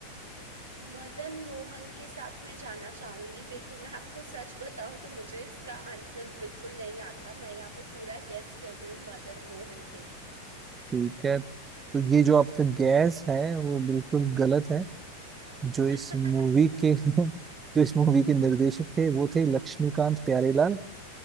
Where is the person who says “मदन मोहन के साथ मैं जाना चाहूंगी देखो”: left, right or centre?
Right